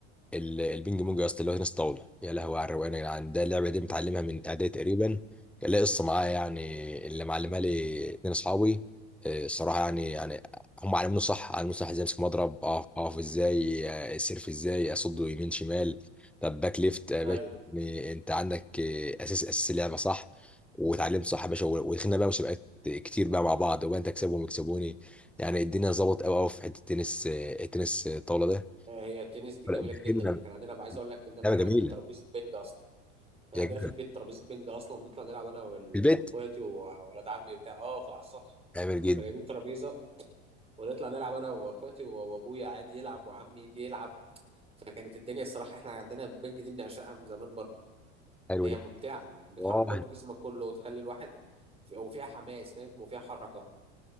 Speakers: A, in the centre; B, on the right (about 15°).
A: ال- البينج بونج يا اسطى اللي هو تنس طاوله يا لهوي على الروقان يا جدعان ده اللعبه دي متعلمها من اعدادي تقريبا كان ليا قصه معايا يعني اللي معلمها لي اتنين اصحابي آه، الصراحه يعني يعني هم علموني صح علموني صح ازاي امسك مضرب اقف اقف ازاي آه، سيرف ازاي اصده يمين شمال طب باك ليفت آه، باك
B: ايوه
A: يعني انت عندك آه، اساس اساس اللعبه صح واتعلمت صح يا باشا و- ودخلنا بقى مسابقات كتير بقى مع بعض وانت تكسبهم ويكسبوني يعني الدنيا ظبطت قوي قوي في حته التنس آه، التنس آه، الطاوله ده
B: آه، هي التنس دي
A: لا
B: جميله
A: دخلنا
B: جدا احنا كان عندنا بقى عايز اقول لك ان انا
A: لعبه
B: كان
A: جميله
B: عندي ترابيزه بنج اصلا كان
A: يا
B: عندنا
A: جدع
B: في البيت ترابيزه بنج اصلا بنطلع نلعب انا وال-
A: في البيت
B: واخواتي واولاد عمي بتاع اه فوق على السطح
A: جميل جدا
B: كنا جايبين ترابيزه ونطلع نلعب انا واخواتي و- وابويا عادي يلعب وعمي يجي يلعب فكانت الدنيا الصراحه احنا عندنا البنج دي بنعشقها من زمان برضو
A: حلو
B: هي
A: ده
B: ممتعه بتحرك
A: اه
B: برضو جسمك كله وتخلي الواحد وفيها حماس فاهم وفيها حركه